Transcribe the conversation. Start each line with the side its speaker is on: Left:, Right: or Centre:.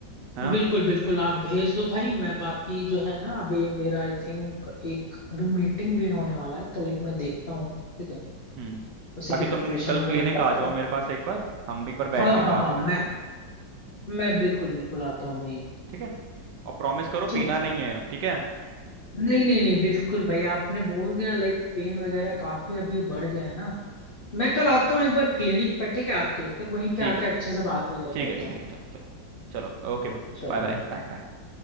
Right: है ना
Left: बिल्कुल बिल्कुल आप भेज दो भाई मैं बाकी जो है ना अभी मेरा आई थिंक एक अभी मीटिंग भी होने वाला है तो लाइक मैं देखता हूँ ठीक है
Right: हम्म
Left: उसी
Right: बाकी
Left: की
Right: तुम
Left: प्रिपरेशन
Right: कल
Left: वगैरह
Right: क्लिनिक
Left: करता
Right: आ जाओ
Left: हूँ
Right: मेरे पास एक बार हम एक बार
Left: हाँ
Right: बैठ के
Left: हाँ
Right: बात
Left: हाँ मैं
Right: करते हैं
Left: मैं बिल्कुल बिल्कुल आता हूँ भाई
Right: ठीक है और प्रॉमिस करो
Left: ठीक
Right: पीना
Left: है
Right: नहीं
Left: हाँ
Right: है अब ठीक है
Left: नहीं नहीं नहीं बिल्कुल भाई आपने बोल दिया लाइक पेन वगैरह काफी अभी बढ़ गया है ना मैं कल आता हूँ एक बार क्लिनिक पे ठीक है आपके फिर वहीं
Right: ठीक
Left: पे आके
Right: है
Left: अच्छे
Right: ठीक
Left: से बात
Right: है
Left: वगैरह करता
Right: ठीक
Left: हूँ
Right: है ठीक है चलो चलो चलो okay bro
Left: चलो
Right: Bye bye
Left: भाई
Right: bye